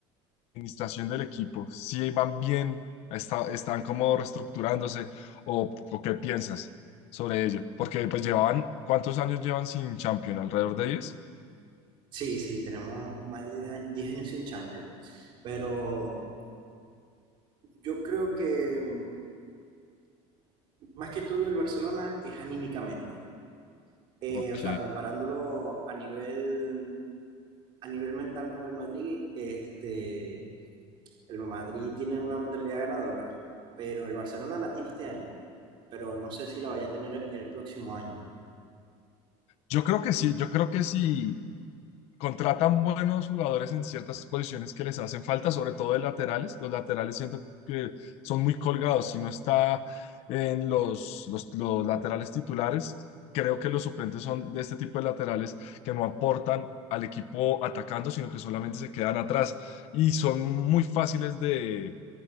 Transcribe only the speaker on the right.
Sí, sí, tenemos más de 10 años diez años sin Champions. Pero yo creo que mm, más que todo el Barcelona es anímicamente. Eh,
o sea, comparándolo a nivel, a nivel mental con el Madrid, este, el Madrid tiene una mentalidad ganadora, pero el Barcelona la tiene este año, pero no sé si la vaya a tener el próximo año.